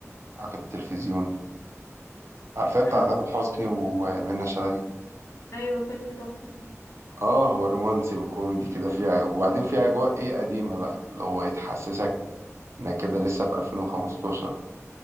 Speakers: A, on the right; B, on the left.
A: على التلفزيون عارفاه بتاع
B: اه
A: تامر حسني ومنى شلبي
B: ايوه فيلم تحفه
A: آه هو رومانسي وكوميدي كده فيها وبعدين فيه أجواء إيه قديمة بقى اللي هو إيه تحسسك إنك كده لسه في 2015